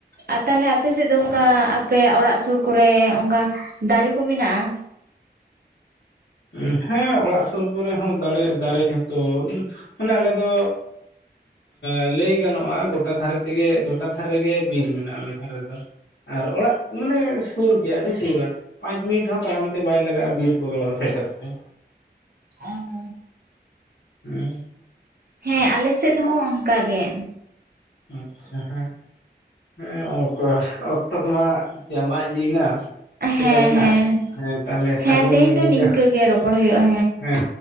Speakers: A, on the right; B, on the left.
A: ᱟᱨ ᱛᱟᱦᱞᱮ ᱟᱯᱮ ᱥᱮᱫ ᱫᱚ ᱚᱱᱠᱟ ᱟᱯᱮᱭᱟᱜ ᱚᱲᱟᱜ ᱥᱩᱨ ᱠᱚᱨᱮ ᱚᱱᱠᱟ ᱫᱟᱨᱮ ᱠᱚ ᱢᱮᱱᱟᱜ-ᱟ?
B: ᱩᱸ ᱦᱮᱸ ᱚᱲᱟᱜ ᱥᱩᱨ ᱠᱚᱨᱮ ᱦᱚᱸ ᱫᱟᱲᱮ ᱫᱟᱨᱮ ᱡᱷᱚᱛᱚ ᱩᱸ ᱢᱟᱱᱮ ᱟᱞᱮ ᱫᱚ ᱮᱸ ᱞᱟᱹᱭ ᱜᱟᱱᱚᱜ-ᱟ ᱜᱚᱴᱟ ᱫᱷᱟᱨᱮ ᱛᱮᱜᱮ ᱜᱚᱴᱟ ᱫᱷᱟᱨᱮ ᱜᱮ ᱵᱤᱨ ᱢᱮᱱᱟᱜ-ᱟ ᱟᱞᱮ ᱫᱷᱟᱨᱮ ᱨᱮᱫᱚ᱾ ᱟᱨ ᱚᱲᱟᱜ ᱢᱟᱱᱮ ᱥᱩᱨ ᱜᱮᱭᱟ ᱟᱹᱰᱤ ᱥᱩᱨ ᱨᱮ᱾ ᱯᱟᱸᱪ ᱢᱤᱱᱤᱴ ᱦᱚᱸ ᱛᱟᱲᱟᱢ ᱛᱮ ᱵᱟᱭ ᱞᱟᱜᱟᱜ-ᱟ ᱵᱤᱨ ᱵᱚᱞᱚ ᱥᱮᱴᱮᱨ ᱛᱮ᱾
A: ᱟᱱᱟ
B: ᱩᱸᱻ᱾
A: ᱦᱮᱸ ᱟᱞᱮ ᱥᱮᱫᱽ ᱦᱚᱸ ᱚᱱᱠᱟ ᱜᱮ᱾
B: ᱟᱪᱪᱷᱟ ᱦᱮᱸᱜ ᱦᱮᱸ ᱚᱠᱚᱨ ᱚᱠᱛᱚ ᱠᱚᱢᱟ ᱪᱟᱵᱟ ᱤᱫᱤᱭᱮᱱᱟ᱾ ᱥᱮᱴᱮᱨᱮᱱᱟ
A: ᱦᱮᱸ ᱦᱮᱸ
B: ᱢᱟᱱᱮ ᱛᱟᱦᱚᱞᱮ ᱥᱟᱜᱩᱱ
A: ᱦᱮᱸ ᱛᱮᱦᱮᱧ ᱫᱚ
B: ᱧᱤᱫᱟᱹ,
A: ᱱᱤᱝᱠᱟᱹ ᱜᱮ ᱨᱚᱯᱚᱲ ᱦᱩᱭᱩᱜᱼᱟ
B: ᱦᱮᱸ᱾